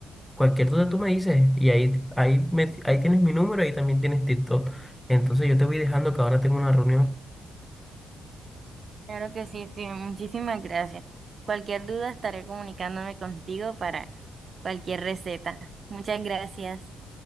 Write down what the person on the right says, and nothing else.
Claro que sí, Steve, muchísimas gracias. Cualquier duda estaré comunicándome contigo para cualquier receta. Muchas gracias.